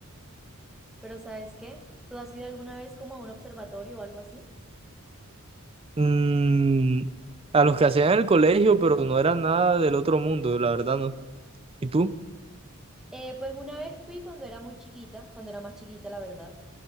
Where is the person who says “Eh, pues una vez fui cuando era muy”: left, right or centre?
Centre